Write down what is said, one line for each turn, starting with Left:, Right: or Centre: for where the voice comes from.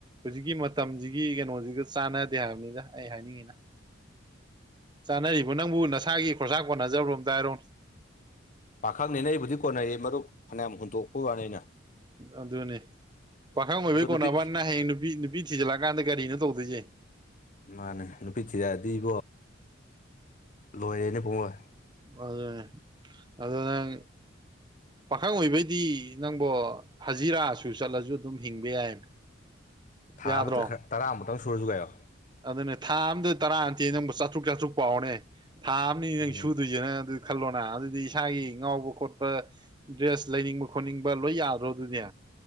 Right: ꯍꯨꯖꯤꯛꯀꯤ ꯃꯇꯝꯖꯤ ꯃꯤ ꯀꯩꯅꯣꯖꯤꯒ ꯆꯥꯟꯅꯗꯦ ꯍꯥꯏꯕꯅꯤꯗ ꯑꯩ ꯍꯥꯏꯅꯤꯡꯉꯤꯅ ꯆꯥꯅꯔꯤꯕ ꯅꯪꯕꯨ ꯅꯁꯥꯒꯤ ꯈꯣꯔꯁꯥ ꯀꯣꯟꯅꯖꯕꯔꯣ ꯑꯃꯇꯥ ꯍꯥꯏꯔꯣ
Left: ꯄꯥꯈꯪꯅꯤꯅ ꯑꯩꯕꯨꯗꯤ ꯀꯣꯟꯅꯩꯌꯦ ꯃꯔꯨꯞ ꯐꯅꯌꯥꯝ ꯍꯨꯟꯗꯣꯛꯄ ꯋꯥꯅꯤ ꯑꯩꯅ
Right: ꯑꯗꯨꯅꯦ ꯄꯥꯈꯪ ꯑꯣꯏꯕꯩ
Left: ꯑꯗꯣ
Right: ꯀꯣꯟꯅꯕ
Left: ꯅꯨꯄꯤ
Right: ꯋꯥꯅꯤ ꯍꯌꯦꯡ ꯅꯨꯄꯤ ꯅꯨꯄꯤ ꯅꯨꯄꯤ ꯊꯤꯖꯤꯜꯂꯑꯀꯥꯟꯗ ꯀꯔꯤꯅꯣ ꯇꯧꯗꯣꯏꯖꯦ
Left: ꯃꯥꯅꯦ ꯅꯨꯄꯤ ꯊꯤꯖꯜꯂꯗꯤꯀꯣ ꯂꯣꯏꯔꯦꯅꯦ ꯄꯨꯡꯂꯣꯏ
Right: ꯑꯗꯨꯅꯦ ꯑꯗꯨ ꯅꯪ ꯄꯥꯈꯪ ꯑꯣꯏꯕꯩꯗꯤ ꯅꯪꯕꯣ ꯍꯖꯤꯔꯥꯁꯨ ꯆꯠꯂꯖꯨ ꯑꯗꯨꯝ ꯍꯤꯡꯕ ꯌꯥꯏ
Left: ꯊꯥ
Right: ꯌꯥꯗ꯭ꯔꯣ
Left: ꯑꯃꯇ ꯈꯔ ꯇꯔꯥꯃꯨꯛꯇꯪ ꯁꯨꯔꯖꯨ ꯀꯥꯏꯌꯣ
Right: ꯑꯗꯨꯅꯦ ꯊꯥ ꯑꯝꯗ ꯇꯔꯥ ꯅꯠꯇꯦ ꯅꯪꯕꯨ ꯆꯥꯇ꯭ꯔꯨꯛ ꯆꯥꯇ꯭ꯔꯨꯛ ꯄꯥꯎꯅꯦ ꯊꯥ ꯑꯃꯅꯤ ꯅꯪ
Left: ꯎꯝ
Right: ꯁꯨꯗꯣꯏꯖꯦ ꯅꯪ ꯑꯗꯨ ꯈꯜꯂꯣꯅ ꯑꯗꯨꯗꯤ ꯏꯁꯥꯒꯤ ꯉꯥꯎꯕ ꯈꯣꯠꯄ ꯗ꯭ꯔꯦꯁ ꯂꯩꯅꯤꯡꯕ ꯈꯣꯠꯅꯤꯡꯕ ꯂꯣꯏ ꯌꯥꯗ꯭ꯔꯣ ꯑꯗꯨꯗꯤ